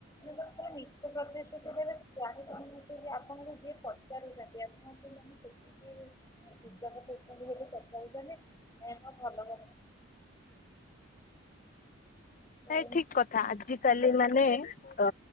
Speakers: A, on the left; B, on the left.
A: ମାନେ ଆର ମିଛ ପ୍ରତିଶ୍ରୁତି କରିବାରେ ଯାହା କହୁନେ ଯେ ଆପଣଙ୍କୁ ଯିଏ ପଚାରୁଛନ୍ତି ଆପଣଙ୍କୁ ଜେ ସେ ଯୂଜକ କରୁଛନ୍ତି ବୋଲି ପଚାରୁଛନ୍ତି ଭଲ ଭ ବୋଲି।
B: ସେଇ ଠିକ କଥା। ଆଜିକାଲି ମାନେ ଅ